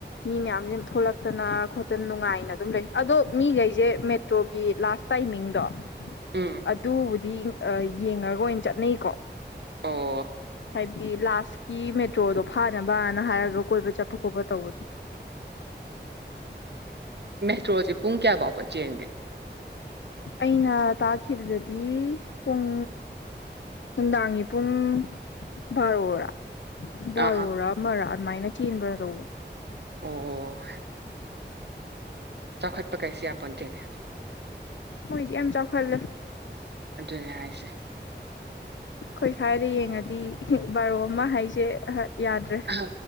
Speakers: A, on the left; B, on the right.
A: ꯃꯤ ꯃꯌꯥꯝꯁꯦ ꯊꯣꯛꯂꯛꯇꯅ ꯈꯣꯠꯇꯅ ꯅꯨꯡꯉꯥꯏꯅ ꯑꯗꯨꯝ ꯂꯩ ꯑꯗꯣ ꯃꯤꯈꯩꯁꯦ ꯃꯦꯇ꯭ꯔꯣꯒꯤ ꯂꯥꯁ ꯇꯥꯏꯃꯤꯡꯗꯣ
B: ꯎꯝ
A: ꯑꯗꯗꯤ ꯌꯦꯡꯉꯒ ꯑꯣꯏꯅ ꯆꯠꯅꯩꯀꯣ
B: ꯑꯣ
A: ꯍꯥꯏꯕꯗꯤ ꯂꯥꯁꯀꯤ ꯃꯦꯇ꯭ꯔꯣꯗꯣ ꯐꯥꯅꯕꯅ ꯍꯥꯏꯔꯒ ꯀꯣꯏꯕ ꯆꯠꯄ ꯈꯣꯠꯄ ꯇꯧꯕꯗꯣ
B: ꯏꯁꯇꯣꯔꯜꯁꯦ ꯄꯨꯡ ꯀꯌꯥꯐꯥꯎꯕ ꯆꯦꯟꯒꯦ
A: ꯑꯩꯅ ꯇꯥꯈꯤꯕꯗꯗꯤ ꯄꯨꯡ ꯅꯨꯡꯗꯥꯡꯒꯤ ꯄꯨꯡ ꯕꯥꯔꯣꯔꯥ
B: ꯑꯍꯥ
A: ꯔꯣꯔꯥ ꯃꯔꯥ ꯑꯗꯨꯃꯥꯏꯅ ꯆꯦꯟꯕ꯭ꯔ ꯇꯧꯕꯅꯤ
B: ꯑꯣ ꯆꯥꯎꯈꯠꯄ ꯀꯩꯁꯤꯦ ꯌꯥꯝꯄꯟꯇꯦꯅꯦ
A: ꯍꯣꯏꯗꯤ ꯌꯥꯝ ꯆꯥꯎꯈꯠꯂꯦ
B: ꯑꯗꯨꯅꯦ ꯍꯥꯏꯁꯦ
A: ꯑꯩꯈꯣꯏ ꯁ꯭ꯋꯥꯏꯗ ꯌꯦꯡꯉꯗꯤ ꯕꯥꯔꯣ ꯑꯃ ꯍꯥꯏꯁꯦ ꯌꯥꯗ꯭ꯔꯦ
B: ꯑ